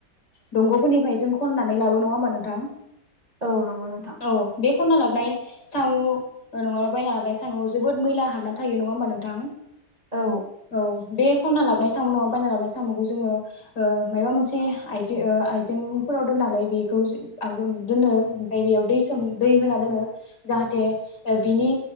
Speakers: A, on the left; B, on the right.
A: दंगफोरनिफ्राय जों खननानै लाबो नङा होमबा नोंथां
B: औ नंगौ नोंथां
A: औ बे खनना ला नाय सामु नङाब्ला बायना लाबोनाय सामुआव जोबोद मैला हाबना थायो। नङा होमबा नोंथां?
B: औ।
A: औ बे खनना लाबोनाय सामु नङाबा बायना लाबाय सामुखौ जोङो ओ मायबा मोनसे आइजो ओ आइजेंफोराव दोननानै बेखौ <unintelligible> दोनो ओमफ्राय बेयाव दै सोम दै होना दोनो जाहाथे ओ बिनि